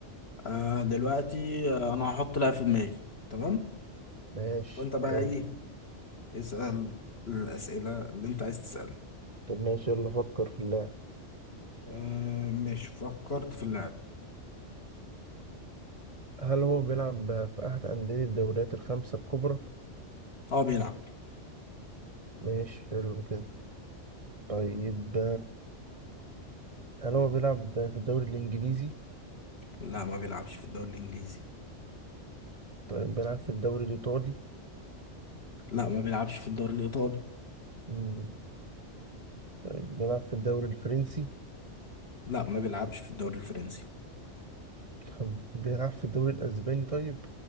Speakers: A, on the left; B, on the right.
A: آه دلوقتي آه، انا هحط لاعب في دماغي تمام
B: ماشي
A: وانت بقى
B: يلا
A: ايه اسأل الاسئلة اللي انت عايز تسألها
B: طب ماشي يلا فكر في اللاعب
A: آه ماشي فكرت في اللاعب
B: هل هو بيلعب في أحد أندية الدوريات الخمسة الكبرى؟
A: اه بيلعب
B: ماشي حلو كده طيب هل هو بيلعب في الدوري الإنجليزي؟
A: لا ما بيلعبش في الدوري الانجليزي
B: طيب بيلعب في الدوري الإيطالي؟
A: لا ما بيلعبش في الدوري الإيطالي
B: مم. طيب بيلعب في الدوري الفرنسي؟
A: لا ما بيلعبش في الدوري الفرنسي
B: طب بيلعب في الدوري الأسباني طيب؟